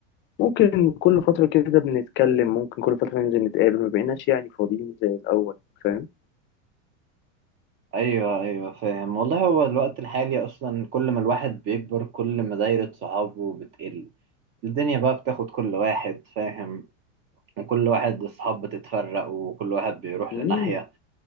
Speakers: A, on the left; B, on the right.
A: ممكن كل فترة كده بنتكلم ممكن كل فترة ننزل نتقابل ما بقيناش يعني فاضيين زي الأول فاهم
B: ايوه ايوه فاهم والله هو الوقت الحالي اصلا كل ما الواحد بيكبر كل ما دايرة صحابه بتقل الدنيا بقى بتاخد كل واحد فاهم وكل واحد الصحاب بتتفرق وكل واحد بيروح
A: مم،
B: لناحية